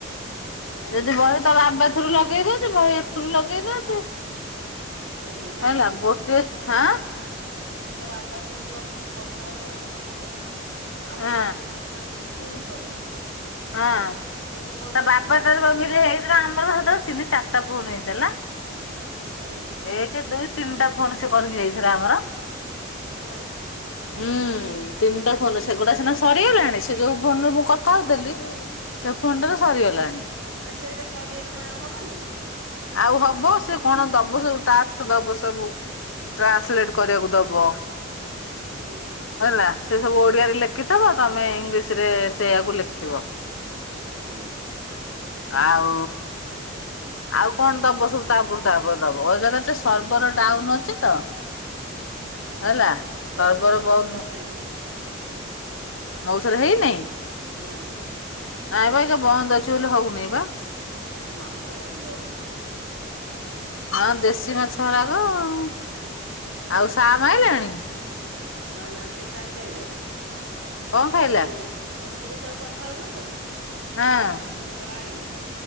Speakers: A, on the right; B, on the left.
A: ହୁଁ
B: ଯଦି ବହି ତଳ ଆବାସରୁ ଲଗେଇବ ଦଉଚି ବହି ଏଥିରୁ ଲଗେଇ ଦଉଛି।
A: ହୁଁ ନାଇଁ
B: ହେଲା ଗୋଟିଏ ଖାଁ
A: ସିଏ ତ ବାବାଥିରୁ ଲଗଉଚୁ କଥା ହେଲେ ଗୋଟେ ପଇସା। ଆଉ
B: ହଁ
A: ଗୋଟେ ଯୋଉ ଫୋନ ଟାରେ ଯିଏ ଶୁଣୁଥବ।
B: ହଁ
A: ସିଏ ବି ପଇସା
B: ତା ବାବା
A: ଆସିବ ଆଉ
B: ତାର
A: କଣ
B: ଭାବିଲେ। ସେରା ଆମର ହେତେବେଳେ ତିନି ଚାରିଟା ଫୋନ ହେଇଦେଲା
A: ହୁଁ
B: ଏକେ, ଦୁଇ ତିନିଟା ଫୋନ୍ ସେ କରିକି ଯାଇଥିଲା ଆମର।
A: ହୁଁ।
B: ହୁଁ ତିନିଟା ଫୋନ ସେଗୁଡା ସିନା ସରିଗଲାଣି ସେ ଯୋଉ ଫୋନରେ ମୁଁ କଥା ହଉଥିଲି। ସେ ଫୋନଟାର ସରିଗଲାଣି।
A: ନାଇଁ ସେଇଟା ସରିଗଲେ କଣ ଆଉ ହବ ନାହିଁ।
B: ଆଉ ହବ ସେ କଣ ଦବ ସବୁ ଟାସ୍କ ଦବ ସବୁ। ଟ୍ରାନ୍ସଲେଟ କରିବାକୁ ଦବ।
A: ହୁଁ
B: ହେଲା ସେ ସବୁ ଓଡିଆରେ ଲେଖିଥବ ତମେ ଇଂଲିଶ ରେ ସେଇଆକୁ ଲେଖିବ।
A: ହୁଁ।
B: ଆଉ। ଆଉ କଣ ଦବ ସବୁ ତାପରେ ତାପରେ ଦବ ଏକାଥରେ ସେ ସର୍ଭର ଡାଉନ ଅଛି ତ।
A: ହଁ
B: ହେଲା ସର୍ବର
A: କଇଲା ମୋଉସାର
B: ବନ୍ଦ
A: କରଦେବି ନା କଉଥଲା।
B: ମୋଉସାର ହେଇନେଇଁ।
A: ନାଇଁ ଆ।
B: ନାଇଁ ବା ଏଇ ଯୋଉ ବନ୍ଦ ଅଛି ବୋଲି ହୋଉନେଇ ବା।
A: ସେ ମାଛ ଭାରି ଗରୁଷ୍ଠ।
B: ହଁ ଦେଶୀ ମାଛ ରାଗ ଆଉ। ଆଉ ସାର ଆଇଲେଣି?
A: ନାଁ ନାଁ ସିଏ ଖାଇସାଇଲାଣି। ସ୍ୟାଡୁ
B: କଣ ଖାଇଲା?
A: ମୁଁ ଯେତୋବେଳେ କଥା ହୋଉନଥିଲି।
B: ହଁ
A: ଏତିକି ଓଳେ ଆଇଲା